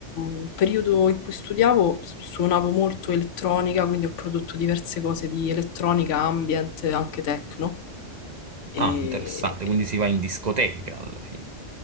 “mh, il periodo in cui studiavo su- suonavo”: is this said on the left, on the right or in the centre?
Left